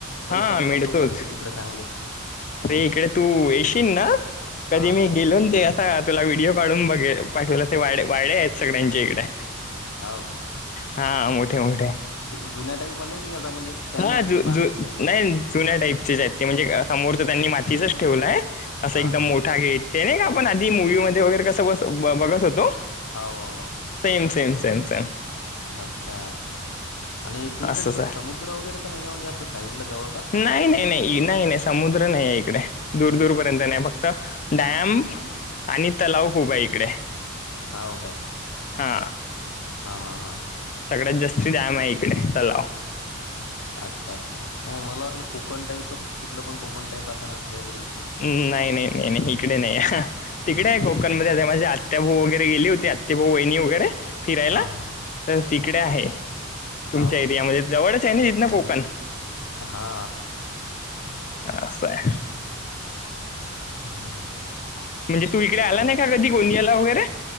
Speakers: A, on the left; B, on the left.
A: पैशावले
B: हा मिळतोच
A: पण लोक असतील तिकडे चांगलेच
B: अरे इकडे तू येशील ना कधी
A: हा
B: मी
A: हा
B: गेलो ते तुला व्हिडिओ पाडून बघे पाठवला ते वाढ आहेत सगळ्यांच्या इकडे
A: हाव काय
B: हा मोठे मोठे
A: जु्यााईप आले की आता म्हणजे त्यांनी
B: हा
A: असेच
B: ज
A: बांधलेत का
B: नाही जुन्या टाईपचे ज आहेत ते म्हणजे समोर तर त्यांनी मातीचच ठेवलंय असं
A: हा
B: एकदम
A: हा
B: मोठा
A: हा
B: घेत ते नाही का आपण आधी मुूवी म वगैरे कसं बस बघत होतो
A: हो
B: सेम सेम सेम सेम
A: अच्छा आणि तुमच्या
B: असंच
A: तिकडे
B: आहे
A: समुद्र वगैरे पण आहे का म्हणजे असं साईडला जवळ
B: नाही नाही नाही नाही नाही समुद्र नाही आहे इकडे दूर
A: नाही
B: दूर
A: काय
B: पर्यंत नाही फक्त डॅम आणि तलाव खूप आहे इकडे
A: हा काय
B: हा
A: हा हा हा
B: सगळ्यात जास्ती टाइम आहे इकडे तलाव
A: अच्छा अच्छा मग मला वाटलं कोकण टाईपच तिकड पण कोकण टाईप असा नस तरी विषय
B: नाही नाही नाही नाही इकडे नाही
A: हम्म
B: तिकडे आहे
A: हम्म
B: कोक म माझे आत्या भाऊ वगैरे गेले होते आत्यभाऊ वहिणी वगैरे फिरायला
A: हा हा
B: तर तिकडे आहे तुमच्या
A: हाव
B: एरियामध्ये
A: काय
B: जवळच आहे ना तिथन कोकण
A: हा
B: आहे
A: हम हम हम
B: म्हणजे तू इकडे आला नाही का कधी कोणी याला वगैरे